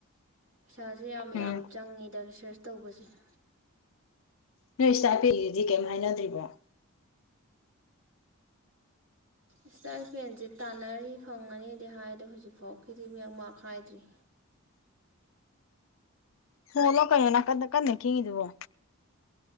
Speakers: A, on the right; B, on the left.
A: ꯄꯩꯁꯥꯁꯦ ꯌꯥꯝ
B: ꯎꯝ
A: ꯌꯥꯝ ꯆꯪꯉꯤꯗ ꯂꯤꯁꯤꯡ ꯐ꯭ꯔꯦꯁ ꯇꯧꯕꯁ <inaudible>
B: ꯅꯣꯏ ꯏꯁꯇꯥꯄꯦꯟꯒꯤꯗꯤ ꯀꯩꯝ ꯍꯥꯏꯅꯗ꯭ꯔꯤꯕꯣ
A: ꯏꯁꯇꯥꯏꯄꯦꯟꯁꯦ ꯇꯥꯟꯅꯔꯤ ꯐꯪꯒꯅꯤꯗꯤ ꯍꯥꯏꯗꯣ ꯍꯧꯖꯤꯛꯐꯥꯎꯀꯤꯗꯤ ꯃꯦꯛ ꯃꯥꯛ ꯈꯥꯏꯗ꯭ꯔꯤ
B: ꯐꯣꯜꯂꯣ ꯀꯩꯅꯣ ꯅꯥꯀꯟꯗ ꯀꯟꯅ ꯈꯤꯉꯤꯗꯨꯕꯣ